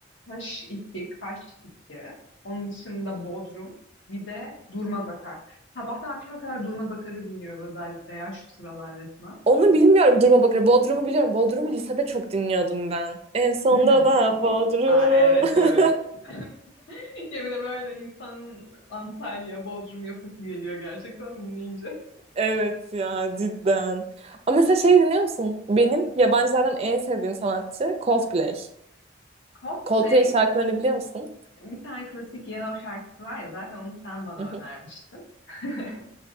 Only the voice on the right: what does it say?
Onu bilmiyorum duruma bakıyorum. Bodrum'u biliyorum. Bodrum'u lisede çok dinliyordum ben. En sonda
da Bodrum.
<laughs>
Evet ya cidden. Ama mesela şey dinliyor musun? Benim yabancılardan en sevdiğim sanatçı Coldplay.
Coldplay şarkılarını biliyor musun?
Hı hı.